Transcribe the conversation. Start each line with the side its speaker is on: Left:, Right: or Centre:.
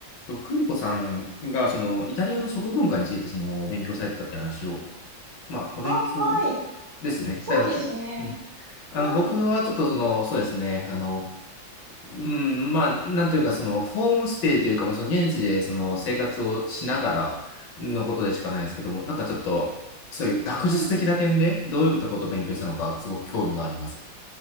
Left: と、久美子さんが、その、イタリアの食文化について、その、お勉強されてたって話を、まあ、お勉強
Right: あ、はい。
Left: ですね。
Right: そうですね。
Left: ただ、き、うん。あの、
Right: はい。
Left: 僕はちょっと、その、そうですね、あの、うん、まあ、なんというか、その、ホームステイというか、まあ、その、現地で、その、生活をしながらのことでしかないですけども、なんかちょっと、そういう学術的な点で、
Right: うん。
Left: どういったことを勉強したのか、すごく興味があります。